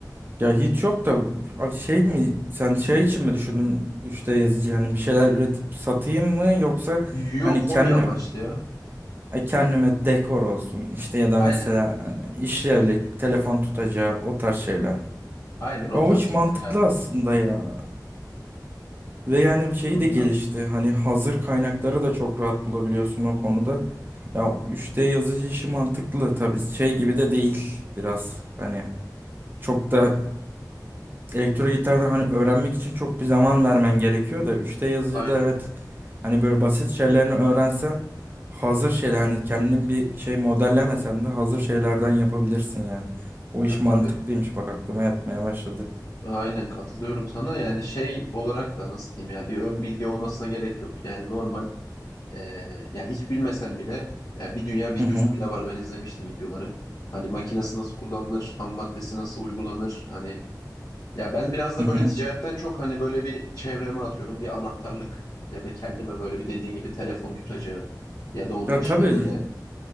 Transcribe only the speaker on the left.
Yok
hobi amaçlı ya.
Aynen.
Aynen o
tarz
şeyler yani.
Bu
Aynen.
Ya
tabii.
Aynen katılıyorum sana. Yani şey olarak da nasıl diyeyim ya bir ön bilgi olmasına gerek yok. Yani normal Ee, ya hiç bilmesen bile ya bir dünya videosu
bile var. Ben izlemiştim videoları. Hani makinesi nasıl kullanılır, ham maddesi nasıl uygulanır. Hani ya ben biraz da
böyle ticaretten çok hani böyle bir çevreme atıyorum. Bir anahtarlık ya da kendime böyle bir dediğin gibi telefon tutacağı ya da onun
dışında
böyle